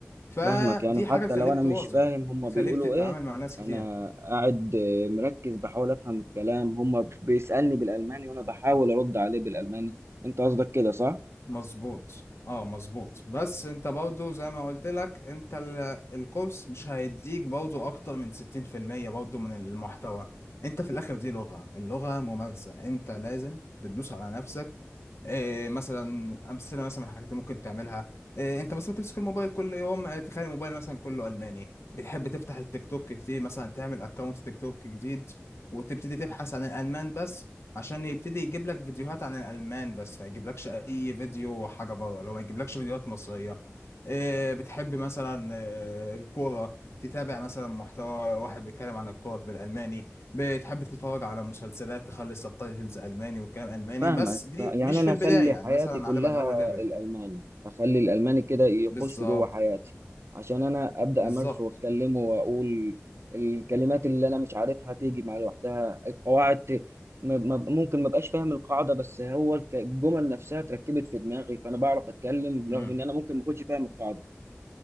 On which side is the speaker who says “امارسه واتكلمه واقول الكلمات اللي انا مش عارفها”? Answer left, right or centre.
Right